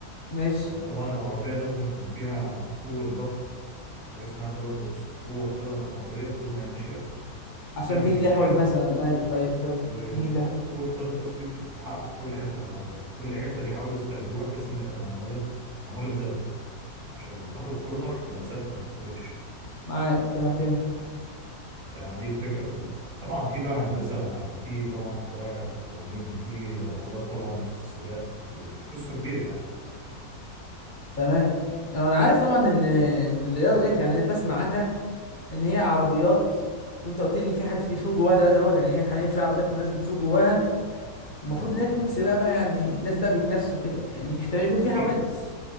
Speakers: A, on the left; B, on the right.
A: ماشي
B: فطبعا العربية لازم يكون فيها قوة ضغط حاجة اسمها داون فورس قوة بتضغط العربية طول ما هي ماشية بسبب
A: عشان ما تيجي
B: الجناحات
A: تحود مثلا ايوه ايوه فهمتك
B: وقوة
A: ما تيجي تحود
B: الداون فورس دي بتتحقق في كل حتة في العربية كل حتة بيحاولوا يستغلوها بحيث إنها تبقى معمولة معمولة بزاوية عشان لما تاخد كورنر تبقى ثابتة ما تتقلبش
A: معاك تمام فهمت
B: فدي الفكرة كلها طبعا في بقى هندسة وفي طبعا قواعد وقوانين وفي عقوبات طبعا وسط السباق والقصة كبيرة يعني
A: تمام آه، انا عارف طبعا ان إن الرياضه ديت يعني أنا بسمع عنها ان هي عربيات وانت قلت لي ان في حد بيسوق جواها دلوقتي اهوت يعني هي حاليا في عربيات وناس بتسوق جواها المفروض
B: اه
A: ان هي تكون
B: تمام
A: سباق بقى يعني ناس بقى بيتنافسوا كده يعني احتمال يكون في
B: أكيد
A: حوادث